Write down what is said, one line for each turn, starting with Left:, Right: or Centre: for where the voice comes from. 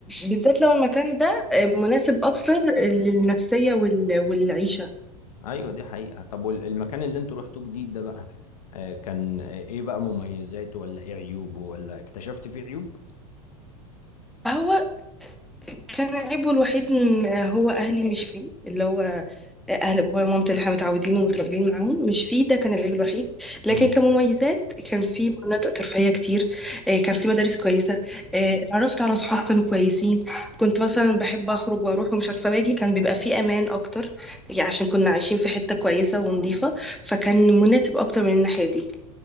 Centre: بالذات لو المكان ده آه، مناسب اكتر للنفسيه وال... والعيشه
Left: أيوة دي حقيقة طب والمكان اللي أنتوا رحتوه جديد ده بقى آه كان إيه بقى مميزاته ولا إيه عيوبه ولا اكتشفت فيه عيوب؟
Centre: فهو كان عيبه الوحيد إن هو أهلي مش فيه اللي هو أهل بابايا ومامتي اللي احنا متعودين ومتربيين معاهم مش فيه ده كان العيب الوحيد لكن
Left: مم.
Centre: كمميزات كان في مناطق ترفيهية كتير آه، كان في مدارس كويسة آه، اتعرفت على صحاب كانوا كويسين كنت مثلا بحب أخرج وأروح ومش عارفة باجي كان بيبقى فيه أمان أكتر يعني عشان كنا عايشين في حتة كويسة ونظيفة فكان مناسب أكتر من الناحية دي